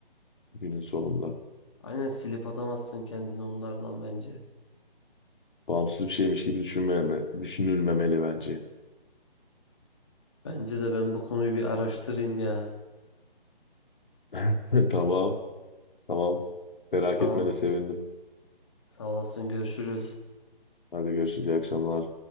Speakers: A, on the left; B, on the left.
A: günün sonunda.
B: Aynen silip atamazsın kendini onlardan bence.
A: Bağımsız bir şeymiş gibi düşünmeme, düşünülmemeli bence.
B: Bence de ben bu konuyu bir araştırayım ya.
A: <laughs> Tamam. Tamam. Merak
B: Tamam,
A: etmene sevindim.
B: sağ olasın, görüşürüz.
A: Hadi görüşürüz. İyi akşamlar.